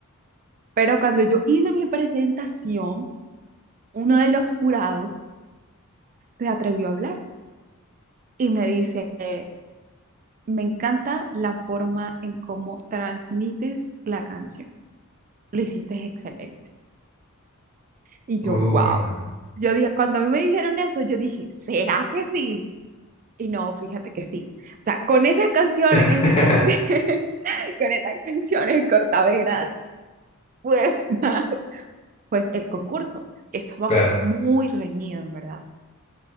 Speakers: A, on the right (about 35°); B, on the left (about 30°).
A: Pero cuando yo hice mi presentación, uno de los jurados se atrevió a hablar y me dice, eh, me encanta la forma en cómo transmites la canción. Lo hiciste excelente. Y yo,
B: Uy,
A: wow.
B: no.
A: Yo dije, cuando a mí me dijeron eso, yo dije, ¿será que sí? Y no, fíjate que sí. O sea, con esas canciones,
B: <laughs>
A: <laughs> con esas canciones cortavenas, pude ganar, pues el concurso. que Estaba
B: Claro.
A: muy reñido, en verdad.